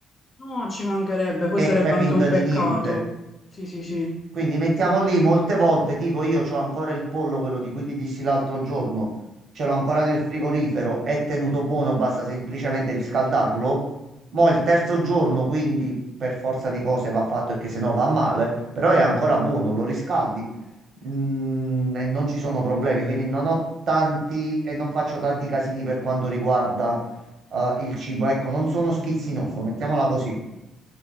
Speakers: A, on the left; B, on the right.
A: No, ci mancherebbe, poi
B: e
A: sarebbe
B: fai
A: anche
B: finta
A: un peccato.
B: di niente.
A: Sì, sì, sì.
B: Quindi mettiamo lì molte volte, tipo io ho ancora il pollo, quello di cui ti dissi l'altro giorno, ce l'ho ancora nel frigorifero, è tenuto buono, basta semplicemente riscaldarlo. Mo' il
A: Sì.
B: terzo giorno, quindi per forza di cose va fatto e che se no va male, però è ancora buono, lo riscaldi, mm, e non ci sono problemi, quindi non ho tanti e non faccio tanti casini per quanto riguarda, eh, il cibo. Ecco, non sono schizzinoso, mettiamola così.